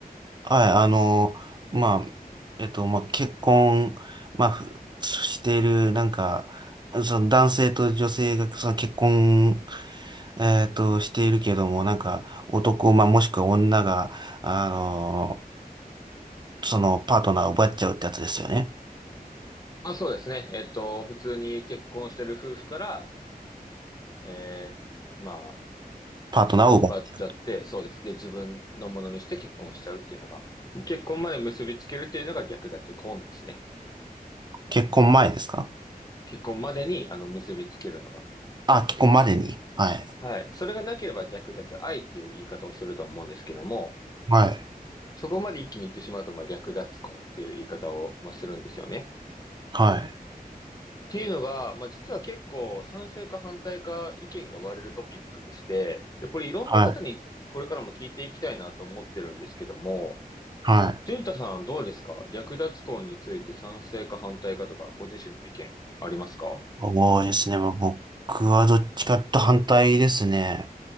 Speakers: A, on the right; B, on the left.
A: はい、あの、まあ、えっと、まあ、結婚、まあ、ふしている、なんか、その男性と女性が、その結婚、えっと、しているけども、なんか、男、まあ、もしくは女が、あの、そのパートナーを奪っちゃうってやつですよね。
B: あ、そうですね。えっと、普通に結婚してる夫婦から、えー、まあ、
A: パートナーを奪っちゃうと。
B: 片方を奪っちゃって、そうです。で、自分のものにして結婚しちゃうっていうのが、結婚まで結びつけるっていうのが略奪婚ですね。
A: 結婚前ですか
B: 結婚までに、あの、結びつけるのが。
A: あ、結婚までに。はい。
B: はい。それがなければ略奪愛っていう言い方をすると思うんですけども、
A: はい。
B: そこまで一気に言ってしまうと、まあ、略奪婚っていう言い方を、まあ、するんですよね。
A: はい。
B: っていうのが、まあ、実は結構賛成か反対か意見が割れるトピックでして、で、これいろんな方にこれからも聞いていきたいなと思ってるんですけども、
A: はい。はい。
B: 淳太さんどうですか略奪婚について賛成か反対かとか、ご自身の意見ありますか
A: そうですね。まあ、僕はどっちかと反対ですね。